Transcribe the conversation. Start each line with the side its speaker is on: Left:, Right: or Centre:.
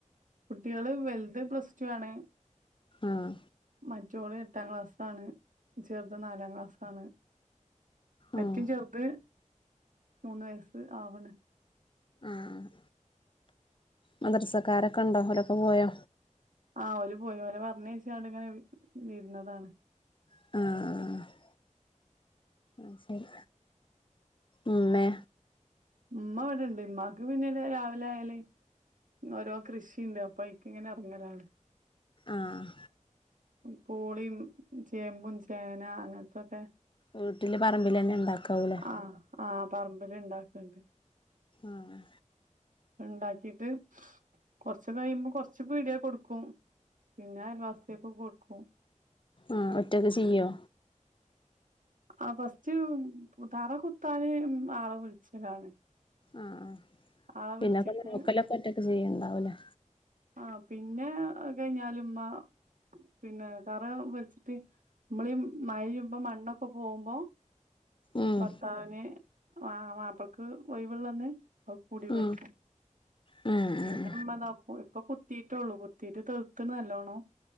Right: കുട്ടികള് വെൽത് പ്ലസ് ടു ആണ്.
Left: ആഹ്
Right: മറ്റോള് എട്ടാം ക്ലാസ്സാണ്, ചെർത് നാലാം ക്ലാസ്സാണ്. ഏറ്റും
Left: ആഹ്
Right: ചെറുത് മൂന്ന് വയസ്സ് ആവുണ്.
Left: ആഹ് ആഹ് മദർസക്കാരൊക്കെ ഉണ്ടോ ഓലൊക്കെ പോയോ?
Right: ആഹ് ഓല് പോയി ഓലെ പറഞ്ഞയ്ച്ചാണ്ട് ഇങ്ങനെ ഇര്ന്നതാണ്.
Left: ആഹ് ആഹ് അത്ശരി ഉമ്മെ?
Right: ഉമ്മ ഇവിടെണ്ട് ഉമ്മാക്ക് പിന്നെ രാവിലെ ആയാല് ഓരോ കൃഷിയുണ്ട് അപ്പം അയ്ക്ക് ഇങ്ങനെ ഇറങ്ങലാണ്.
Left: ആഹ്
Right: പൂളയും, ചേമ്പും, ചേന, അങ്ങനത്തൊക്കെ
Left: വീട്ടില് പറമ്പിൽ തന്നെ ഉണ്ടാക്കാവൂലെ?
Right: ആഹ് ആഹ് പറമ്പിൽ ഇണ്ടാക്ക്ണ്ട്.
Left: ആഹ്
Right: ഉണ്ടാക്കിട്ട് കൊറച്ച് കഴിയുമ്പോ കൊറച്ച് പീടിയ കൊടുക്കും പിന്നെ അയൽവാസി യക്ക് കൊടുക്കും.
Left: ആഹ ഒറ്റക്ക് ചെയ്യോ?
Right: ആഹ ഫസ്റ്റ് തറ കുത്താന് ആളെ വിളിച്ചലാണ്.
Left: ആഹ ആ
Right: ആളെ
Left: പിന്നെക്കെ
Right: വിളിച്ചിട്ട്
Left: നോക്കലൊക്കെ ഒറ്റക്കെ ചെയ്യണ്ടാവുംലേ?
Right: ആഹ പിന്നെ കഴിഞ്ഞാലുംമ്മ പിന്നെ തറ വെച്ചിട്ട് നമ്മള് ഈ മഴയ്യുമ്പോ മണ്ണൊക്കെ പോകുമ്പോ
Left: ഉം
Right: ഭർത്താവിന് ആ മാപ്പിൾക്ക് ഒയിവ്ള്ളന്ന് അവ കൂടി കൊടുക്കും.
Left: ഉം ഉം
Right: പിന്ന ഉമ്മ ഇ താക്കും. ഇപ്പൊ കുത്തീട്ടുള്ളൂ കുത്തീട്ട് തീർത്ത്നല്ലോണം.